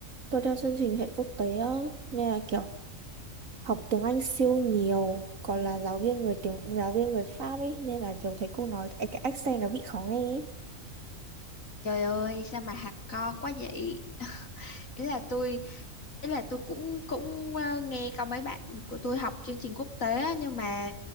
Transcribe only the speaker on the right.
Tôi theo chương trình hệ quốc tế á, nên là kiểu học tiếng Anh siêu nhiều, còn là giáo viên người tiếng giáo viên người Pháp ấy, nên là kiểu thấy cô nói cái cái accent nó bị khó nghe ấy.